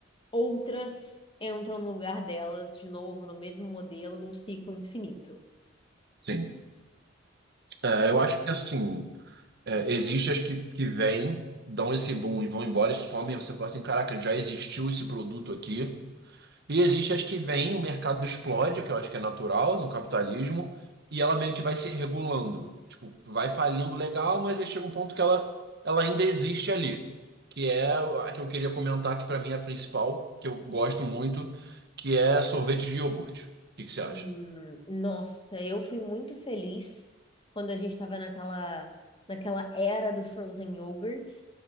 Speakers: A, on the left; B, on the right.
A: outras entram no lugar delas de novo, no mesmo modelo, num ciclo infinito.
B: Sim. É, eu acho que assim, é, existe as que, que vêm, dão esse boom e vão embora e somem, e você fala assim, caraca, já existiu esse produto aqui. E existe as que vêm, o mercado explode, que eu acho que é natural no capitalismo, e ela meio que vai se regulando. Tipo, vai falindo legal, mas aí chega um ponto que ela, ela ainda existe ali. Que é a que eu queria comentar, que pra mim é a principal, que eu gosto muito, que é sorvete de iogurte. O que que você acha?
A: Hum, Nossa, eu fui muito feliz quando a gente estava naquela, naquela era do frozen yogurt,